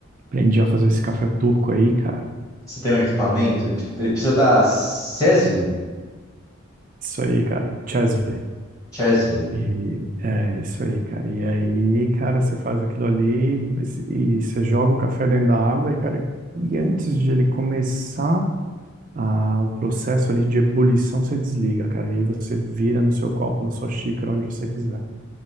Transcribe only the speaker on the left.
Você tem um equipamento? Ele, p- ele precisa da CESV?
CESV.